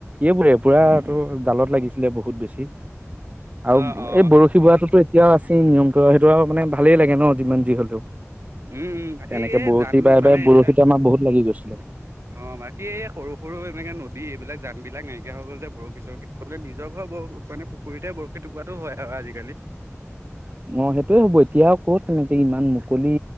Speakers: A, on the right; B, on the right.
A: এইবোৰে পুৰা
B: উম
A: টো
B: উম
A: জালত লাগিছিলে বহুত বেছি আৰু
B: অ অ
A: এই বৰশী বোৱাতোতো এতিয়াও আছেই নিয়ম ত সেইটো আৰু মানে ভালেই লাগে ন যিমান যি হলেও
B: উম উম বাকী
A: তেনেকে
B: এই
A: বৰশী
B: জান
A: পাই
B: মানে
A: বাই বৰশীত
B: এইবিলাক
A: আমাৰ বহুত লাগি গৈছে
B: অ বাকী এই সৰু সৰু এনেকে নদী এইবিলাক যান বিলাক নাইকিয়া হৈ গ'ল যে বৰশী চৰখীলে নিজৰ ঘৰ ব মানে পুখুৰীতে বৰশী টুকুৰাটোৰ হয় আৰু আজিকালি
A: <unintelligible> অঁ সেইটোয়ে হ'ব এতিয়া কত তেনেকে ইমান মুকলি